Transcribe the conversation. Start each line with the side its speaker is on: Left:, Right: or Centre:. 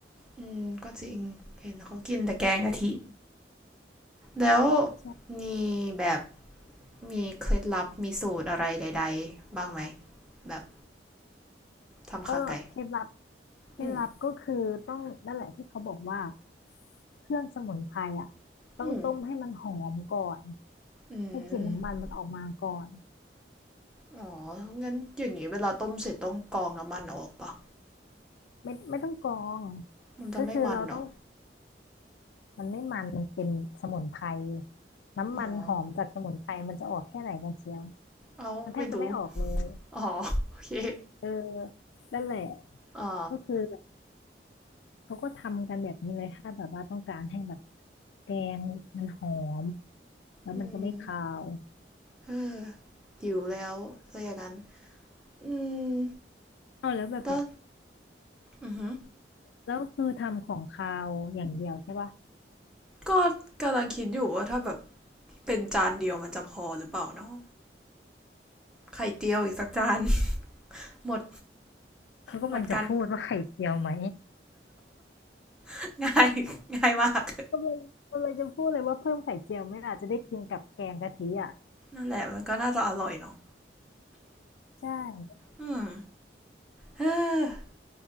Centre: อืม ก็จริง เห็นเขากินแต่แกงกะทิ แล้ว
Left: ใช่
Centre: มีแบบมีเคล็ดลับมีสูตรอะไรใดๆบ้างไหม แบบทำขาไก่
Left: ก็เคล็ดลับเคล็ดลับก็คือต้องนั่นแหละที่เขาบอกว่า
Centre: อืม
Left: เครื่องสมุนไพรอ่ะต้องต้มให้มันหอมก่อน
Centre: อืมอืม
Left: ให้กลิ่นน้ำมันมันออกมาก่อน
Centre: อ๋องั้นอย่างนี้เวลาต้มเสร็จต้องกรองน้ำมันออกปะ
Left: ไม่ไม่ต้องกรอง
Centre: มันจะไม่มันเหรอ
Left: ก็คือเราต้องมันไม่มันมันเป็นสมุนไพรน้ำมันหอมจากสมุนไพรมันจะออกแค่ไหนกันเชียว
Centre: อ๋อ เอาไม่ดู
Left: มันแทบจะไม่ออกเลย
Centre: อ๋อ โอเค
Left: เออนั่นแหละ
Centre: อ๋อ
Left: ก็คือ เขาก็ทำกันแบบนี้เลยถ้าแบบว่าต้องการให้แบบแกงมันหอมแล้วมันก็ไม่คาว
Centre: อืมเออหิวแล้วซะอย่างนั้นอืม
Left: เอาแล้วแบบเนี้ย
Centre: ต็อือหื
Left: แล้วคือทำของคาวอย่างเดียวใช่ปะ
Centre: ก็กำลังคิดอยู่ว่าถ้าแบบเป็นจานเดียวมันจะพอหรือเปล่าเนาะไข่เจียวอีกสักจาน <laughs> หมด
Left: เขากำลังจะพูดว่าไข่เจียวไหม
Centre: หมดกัน <laughs> ง่าย ง่ายมาก
Left: กำลังกำลังจะพูดเลยว่าเพิ่มไข่เจียวไหม่อาจจะได้กินกับแกงกะทิอ่ะ
Centre: นั่นแหละมันก็น่าจะอร่อยเนาะ
Left: ใช่
Centre: อืมเออ